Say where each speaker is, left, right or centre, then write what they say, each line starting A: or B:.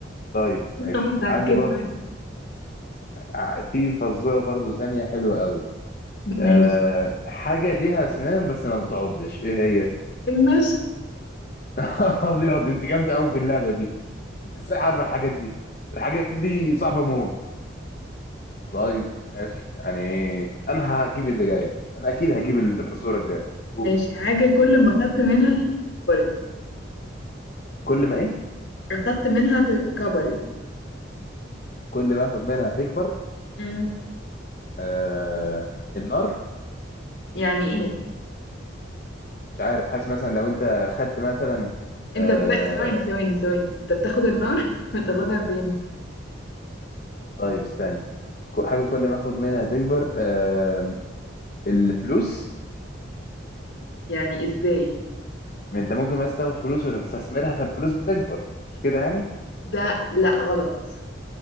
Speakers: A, on the left (about 45°); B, on the left (about 60°).
A: طيب ماشي
B: <laughs> أنا متأكدة
A: عندي برضه ع- في فزورة برضه ثانية حلوة أوي
B: من-
A: أه
B: ماشي
A: حاجة ليها أسنان بس ما بتعضش إيه هي؟
B: المشط
A: <laughs> أبيض أنت جامدة أوي في اللعبة دي أنت إزاي عارفة الحاجات دي؟ الحاجات دي صعبة موت طيب ماشي يعني أنا هجيب اللي جاية أنا أكيد هجيب الفزورة الجاية قولي
B: ماشي حاجة كل ما خدت منها كبرت
A: كل ما إيه؟
B: أخدت منها ت- كبرت
A: كل ما اخد منها تكبر
B: مم.
A: آه النار
B: يعني إيه
A: مش عارف حاسس مثلا لو انت خدت مثلا
B: أنت
A: آه
B: بت... ثواني ثواني ثواني أنت بتاخد النار <laughs> بتاخدها فين
A: طيب استنى ك- حاجه كل ما اخد منها تكبر آه الفلوس
B: يعني إزاي
A: انت ممكن مثلا تاخد فلوس وتستثمرها فالفلوس بتكبر مش كده يعني
B: ده لأ غلط